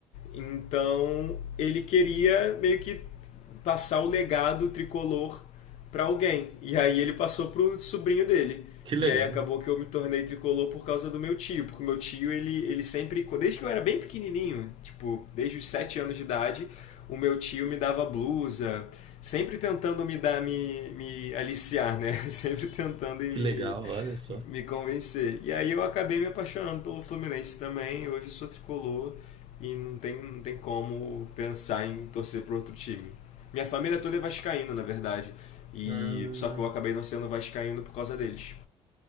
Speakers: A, on the left; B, on the right.
A: Então ele queria meio que passar o legado tricolor para alguém. E aí ele passou pro sobrinho dele.
B: Que legal.
A: E aí acabou que eu me tornei tricolor por causa do meu tio, porque o meu tio, ele, ele sempre, desde que eu era bem pequenininho, tipo, desde os 7 anos de idade, o meu tio me dava blusa, sempre tentando me dar, me, me aliciar, né? <laughs> Sempre tentando me,
B: Que legal, olha só.
A: me convencer. E aí eu acabei me apaixonando pelo Fluminense também, hoje eu sou tricolor e não tem, não tem como pensar em torcer para outro time. Minha família toda é vascaína, na verdade. E
B: Ah,
A: só que eu acabei não sendo vascaíno por causa deles.